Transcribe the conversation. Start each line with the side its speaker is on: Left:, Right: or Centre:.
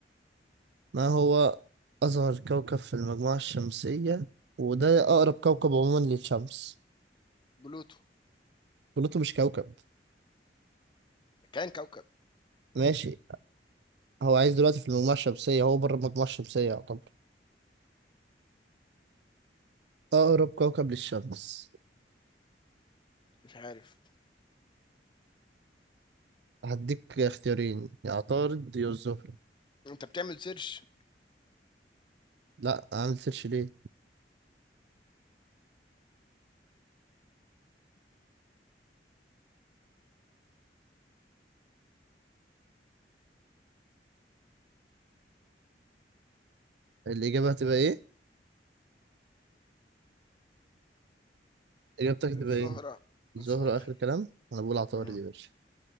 Right: ما هو أصغر كوكب في المجموعة الشمسية وده أقرب
Left: ب
Right: كوكب عموما للشمس
Left: بلوتو
Right: بلوتو مش كوكب
Left: كان كوكب،
Right: ماشي هو عايز دلوقتي في المجموعة الشمسية هو بره المجموعة الشمسية يعتبر أقرب كوكب للشمس
Left: مش عارف.
Right: هديك اختيارين يا عطارد يا الزهرة
Left: انت بتعمل سيرش
Right: لا عامل سيرش ليه الإجابة هتبقى إيه؟ إجابتك هتبقى
Left: الزهرة
Right: إيه؟ الزهرة
Left: الزهرة
Right: آخر كلام أنا بقول عطارد
Left: امم
Right: يا باشا